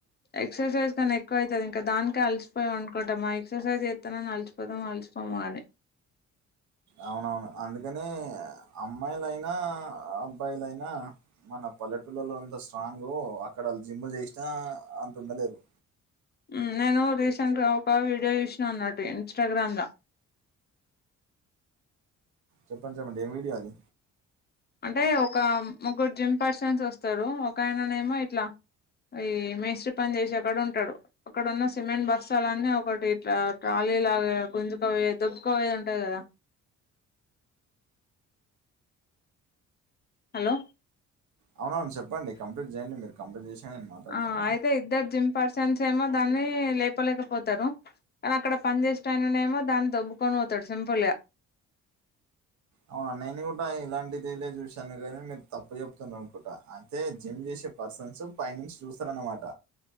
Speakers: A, on the left; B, on the right.
A: ఎక్సర్సైజ్ కానీ ఎక్కువ అయితది. ఇంకా దానికి అలిసిపోయిం అనుకుంటామా ఎక్సర్సైజ్ ఎస్తన్నానని అలిసిపోదాం అసి స్తామానే
B: అవునవును అందుకనే అమ్మాయిలయినా, అబ్బాయిలయినా మనం పల్లెటూలలో అంత స్ట్రాంగు అక్కడ వాళ్ళు జిమ్లు చేసినా అంత ఉండలేరు.
A: ఉమ్ నేను రీసెంట్గా ఒక వీడియో చూసినాను అన్నటు ఇన్స్టాగ్రామ్ ల
B: చెప్పండి చెప్పండి ఏం వీడియో అది?
A: అంటే ఒక ముగ్గురు జిమ్ పర్సన్స్ వస్తారు. ఒక ఆయననేమో ఇట్లా ఈ మేస్త్రి పని చేసెటోడు ఉంటాడు అక్కడ ఉన్న సిమెంట్ బస్సాలన్నీ ఒకటి ఇట్లా ట్రాలీ ఇలాగా గుంజుకావవి దుబ్బకావొయేది ఉంటాది కదా హలో
B: అవున అవును చెప్పండి కంప్లీంట్ చేయండి మీరు కంప్లీంట్ చేశని నేను మాట్లాడతాను.
A: ఆ అయితే ఇద్దరు జిమ్ పర్సన్స్ ఏమో దాని లేపలేకపోతారు కానీ అక్కడ పని చేసటయన ఏమో దాన్ని దబ్క పోతాడు సింపుల్గా
B: అవును నేను కూడా ఇలాంటిదిలే చూశాను గానీ మీరు తప్పు చెప్తున్నారు అనుకుంట అయితే జిమ్ చేసి పర్సన్స్ పై నుంచి చూస్తారనమాట